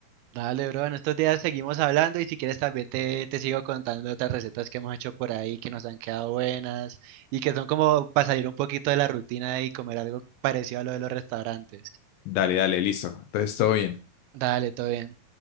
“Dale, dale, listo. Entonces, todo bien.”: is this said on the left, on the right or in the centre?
Left